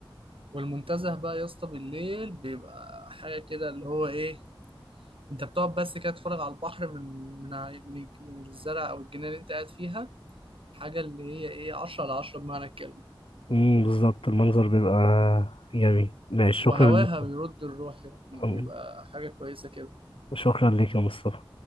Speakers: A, on the right (about 85°); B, on the left (about 80°).
A: والمنتزه بقى يا اسطى بالليل بيبقى حاجة كده اللي هو ايه انت بتقعد بس كده تتفرج على البحر من من ع- من الج- من الزرع او الجنينة اللي انت قاعد فيها حاجة اللي هي ايه 10 على 10 بمعنى الكلمة
B: أمم بالظبط المنظر بيبقى جميل ماشي شكرا
A: وهواها
B: يا مصطفى
A: بيرد الروح يعني
B: أمم،
A: بيبقى حاجة كويسة كده
B: شكرا لك يا مصطفى